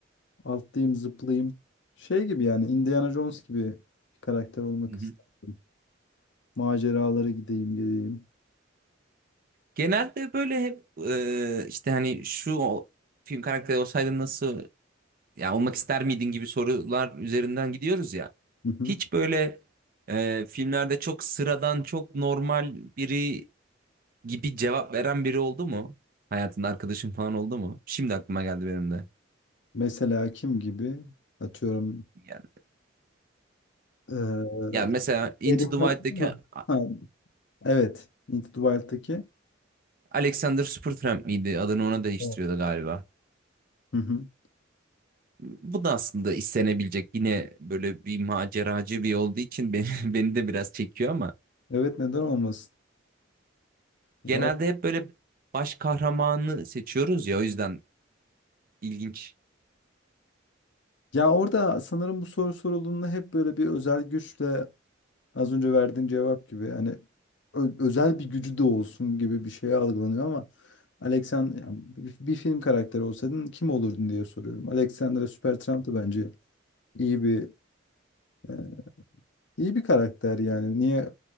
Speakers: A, on the left; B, on the right.
A: atlayayım zıplayayım. Şey gibi yani Indiana Jones gibi bir karakter olmak
B: Hı
A: isterdim.
B: hı.
A: Maceralara gideyim geleyim.
B: Genelde böyle hep e, işte hani şu o, film karakteri olsaydın nasıl ya olmak ister miydin gibi sorular üzerinden gidiyoruz ya.
A: Hı hı.
B: Hiç böyle e, filmlerde çok sıradan çok normal biri gibi cevap veren biri oldu mu? Hayatında arkadaşın falan oldu mu? Şimdi aklıma geldi benim de.
A: Mesela kim gibi? Atıyorum.
B: Yani
A: eee
B: Ya mesela Into
A: Şeydeki
B: the
A: hatırlıyor
B: Wild'deki
A: musun?
B: A-
A: Ha, evet. Into the Wild'daki.
B: Alexander Supertramp miydi? Adını ona değiştiriyordu
A: Evet.
B: galiba.
A: Hı hı.
B: Bu da aslında istenebilecek yine böyle bir maceracı bir olduğu için beni, <laughs> beni de biraz çekiyor ama
A: Evet neden olmasın? Ya,
B: genelde
A: o-
B: hep böyle baş kahramanı seçiyoruz ya o yüzden ilginç.
A: ya orada sanırım bu soru sorulduğunda hep böyle bir özel güçle Az önce verdiğin cevap gibi hani ö- özel bir gücü de olsun gibi bir şey algılanıyor ama Alexander yani bir, bir film karakteri olsaydın kim olurdun diye soruyorum. Alexandra Supertramp da bence iyi bir e, iyi bir karakter yani. Niye